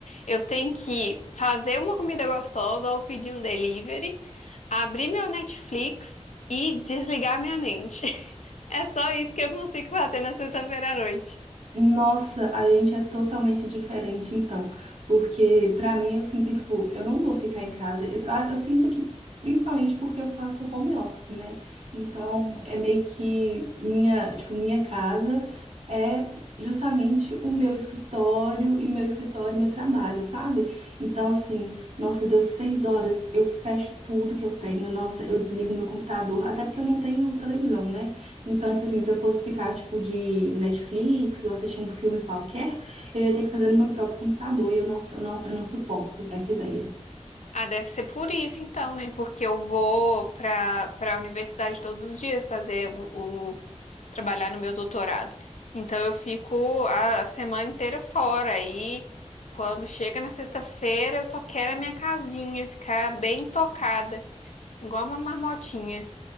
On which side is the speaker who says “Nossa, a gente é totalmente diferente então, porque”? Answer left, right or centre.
Right